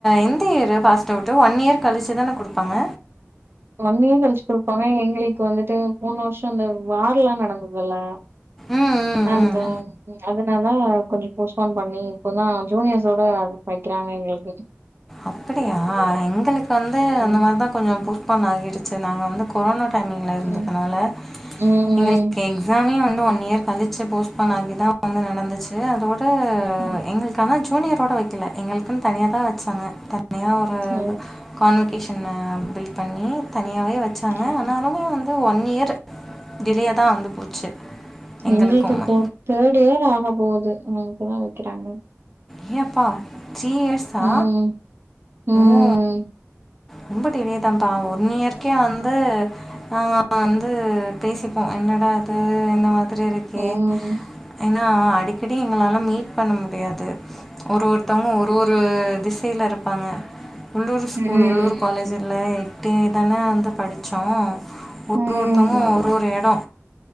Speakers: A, in the centre; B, on the right.
A: எந்த இயர் பாஸ்ட்அவுட்டு ஒன் இயர் கழிச்சிதான குடுப்பாங்க
B: ஒன் இயர் கழிச்சி குடுப்பாங்க எங்களுக்கு வந்துட்டு மூனு வருஷொ இந்த வார்லா நடந்ததில்ல
A: ம் ம்
B: அந்த
A: ம்
B: அத அதனால கொஞ்சொ போஸ்பான் பண்ணி இப்பதா ஜூனியர்ஸோட வக்கிறாங்க எங்ளுக்கு
A: அப்டியா எங்களுக்கு வந்து அந்த
B: ம்
A: மாரிதா கொஞ்சொ போஸ்பான் ஆகிடிச்சி நாங்க வந்து கொரோனா டைமிங்ல இருந்ததுனால
B: ம் ம்.
A: எங்களுக்கே எல்லாமே வந்து ஒன் இயர் கழிச்ச போஸ்ட்பன் ஆகி தா வந்து நடந்துச்சி த அதோட
B: ம்.
A: எங்ளுக் ஆனா ஜூனியரோட வக்கல எங்ளுக்குன் தனியா தா வச்சாங்க தனியா ஆ
B: ஓ!
A: கான்வகேஷன் பில் பண்ணி தனியாவே வச்சாங்க
B: ம்.
A: ஆனாலுமே வந் அது ஒன் இயர் டிலேயா தா வந்து போச்சு எங்களுக்குமே.
B: எங்களுக்கு இப்போ தேட் இயர் ஆக போது நாங் இப்பதா வக்கிறாங்க
A: ஏ அப்பா த்ரீ இயர்ஸா
B: ம். ம்.
A: ஓ ரொம்ப டிலேதாப்பா ஒன் இயர்க்கே வந்து
B: ம்.
A: ஆ நா வந்து பேசிப்போ என்னடா அது இந்த மாரி இருக்கே
B: ம்.
A: ஏனா அடிக்கடி எங்களால மீட் பண்ண முடியாது ஒரு ஒருத்தவங்க ஒரு ஒரு திசைல இருப்பாங்க உள்ளூர் ஸ்கூல்
B: ம்.
A: உள்ளூர் காலேஜில் எட்டே தானே வந்து படிச்சோ ஒரு
B: ம்.
A: ஒருத்தவங்க
B: ஆமா.
A: ஒரு ஒரு எடொ